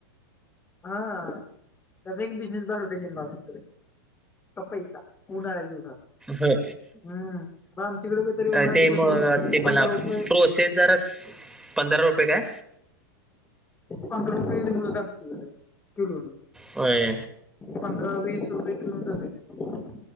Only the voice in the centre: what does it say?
हो
ते
मग
ते मला
प्रोसेस जरा पंधरा रुपये काय
होय